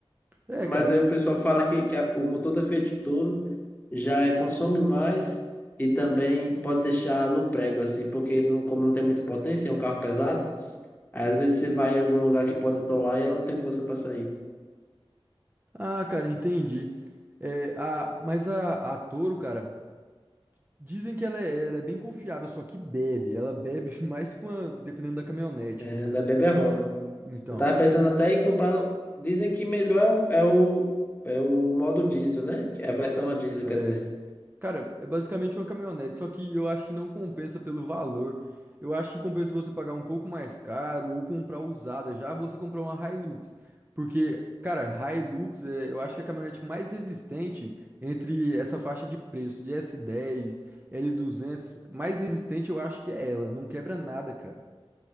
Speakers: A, on the right; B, on the left.
A: É,
B: Mas
A: cara.
B: aí o pessoal fala que, que a- o motor da Fiat Toro já é- consome mais e também pode deixar no prego, assim, porque ele não, como não tem muita potência, é um carro pesado, aí às vezes você vai em algum lugar que pode atolar e ela não tem força para sair.
A: Ah, cara, entendi. É, a, mas a, a Toro, cara, dizem que ela é, ela é bem confiável, só que bebe. Ela bebe <laughs> mais que uma, dependendo da caminhonete.
B: É, Ela é beberrona.
A: Então.
B: Eu tava pensando até em comprar. Dizem que melhor é o, é o, é o modo diesel, né? Que é a versão a diesel,
A: é,
B: quer dizer.
A: Cara, é basicamente uma caminhonete, só que eu acho que não compensa pelo valor. Eu acho que compensa você pagar um pouco mais caro ou comprar usada já, você comprar uma Hilux. Porque, cara, Hilux é, eu acho que é a caminhonete mais resistente entre essa faixa de preço de S10, L200, mais resistente eu acho que é ela, não quebra nada, cara.